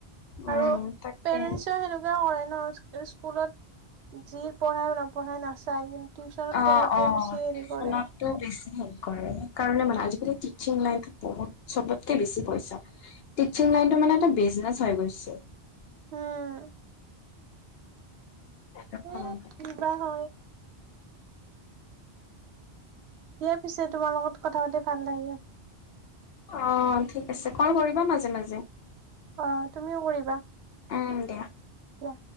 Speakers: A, on the left; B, on the right.
A: উম
B: আৰু
A: তাকে
B: পেৰেন্টচৰ সেনেকুৱা কৰে ন স্কুলত যি পঢ়াই নপঢ়াই নাচায় কিন্তু টিউচনত
A: অ'
B: পঢ়াতে
A: অ'
B: বেছি হেৰি কৰে
A: ফনটো বেছি কৰে সেইকাৰণে মানে আজিকালি টিচিং লাইনত বহুত চবতকে বেছি পইছা টিচিং লাইনত মানে এটা বিজনেচ হৈ গৈছে।
B: উম।
A: অ'
B: এ কিবা হয় দিয়া পিছে তোমাৰ লগত কথা পাতি ভাল লাগিল
A: অ' ঠিক আছে কল কৰিবা মাজে মাজে
B: অ' তুমিও কৰিবা।
A: আহ দিয়া
B: দিয়া